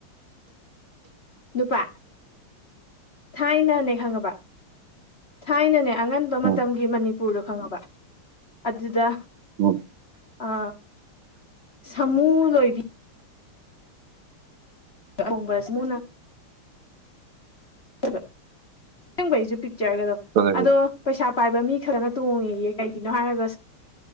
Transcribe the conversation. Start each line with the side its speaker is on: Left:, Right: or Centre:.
Left: ꯅꯨꯄꯥ ꯊꯥꯏꯅꯅꯦ ꯈꯪꯉꯕ ꯊꯥꯏꯅꯅꯦ ꯑꯉꯟꯕ ꯃꯇꯝꯒꯤ
Right: ꯎꯝ
Left: ꯃꯅꯤꯄꯨꯔꯗꯣ ꯈꯪꯉꯕ ꯑꯗꯨꯗ
Right: ꯎꯝ
Left: ꯑ ꯁꯥꯃꯨ ꯂꯣꯏꯕꯤ ꯑ ꯑ ꯍꯣꯡꯕ ꯁꯤ ꯃ꯭ꯨꯔꯅ ꯆꯜꯕ ꯑꯦꯡꯕꯩꯖꯨ ꯄꯤꯛꯆ꯭ꯔꯒꯗꯣ
Right: ꯆꯠꯂꯦ
Left: ꯑꯗꯣ ꯄꯩꯁꯥ ꯄꯥꯏꯕ ꯃꯤ ꯈꯥꯔꯅ ꯇꯣꯡꯉꯦꯌꯦ ꯀꯩꯒꯤꯅꯣ ꯍꯥꯏꯔꯒꯁ